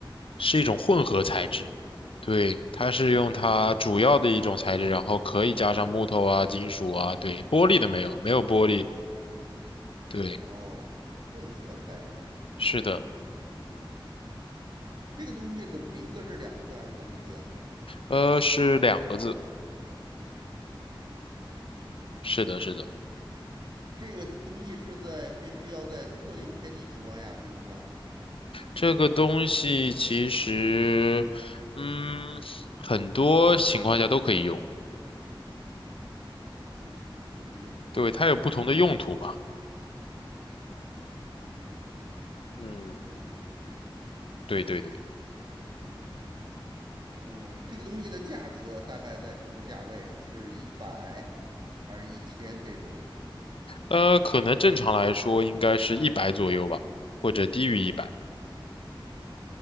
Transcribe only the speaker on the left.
是一种混合材质，对，它是用它主要的一种材质，然后可以加上木头啊、金属啊，对，玻璃的没有，没有玻璃的，对，
是的，
呃，是两个字，
是的，是的，
这个东西其实，嗯，很多情况下都可以用，
对，它有不同的用途嘛，
嗯，对对对，
呃，可能正常来说应该是一百左右吧，或者低于一百。